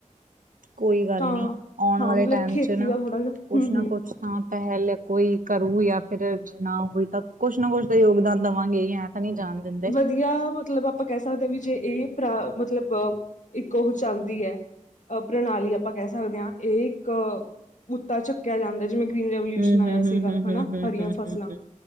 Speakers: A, on the right (about 85°); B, on the left (about 65°).
A: ਕੋਈ ਗੱਲ
B: ਤਾਂ
A: ਨੀ ਆਉਣ
B: ਹਾਂ
A: ਵਾਲੇ
B: ਮਤਲਬ
A: ਟਾਈਮ
B: ਖੇਤੀ
A: ਚ ਨਾ
B: ਦਾ ਥੋੜਾ ਜਿਹਾ
A: ਕੁਛ
B: ਹੂੰ-ਹੂੰ
A: ਨਾ ਕੁਛ ਤਾਂ ਪਹਿਲ ਕੋਈ ਕਰੂ ਯਾ ਫਿਰ ਨਾ ਹੋਈ ਤਾਂ ਕੁਛ ਨਾ ਕੁਛ ਤਾਂ ਯੋਗਦਾਨ ਦਵਾਂਗੇ ਐਂ ਤਾਂ ਨਹੀਂ ਜਾਣ ਦਿੰਦੇ
B: ਵਧੀਆ ਮਤਲਬ ਆਪਾਂ ਕਹਿ ਸਕਦੇ ਹਾਂ ਵੀ ਜੇ ਇਹ ਪਰਾ ਮਤਲਬ ਇੱਕੋ ਚੱਲਦੀ ਐ ਅ ਪ੍ਰਣਾਲੀ ਆਪਾਂ ਕਹਿ ਸਕਦੇ ਹਾਂ ਇਹ ਇੱਕ ਮੱਤਾ ਚੱਕਿਆ ਜਾਂਦਾ ਜਿਵੇਂ ਰੀਨ ਰਵੋਲਿਊਸ਼ਨ
A: ਹੂੰ
B: ਆਇਆ
A: ਹੂੰ ਹੂੰ
B: ਸੀਗਾ
A: ਹੂੰ
B: ਹਨਾ
A: ਹੂੰ ਹੂੰ
B: ਹਰੀਆਂ
A: ਹੂੰ
B: ਫਸਲਾਂ
A: ਹੂੰ ਹੂੰ